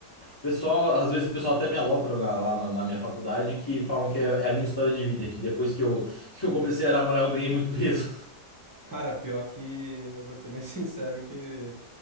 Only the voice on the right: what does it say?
Cara, pior que eu vou te ser bem <laughs> sincero que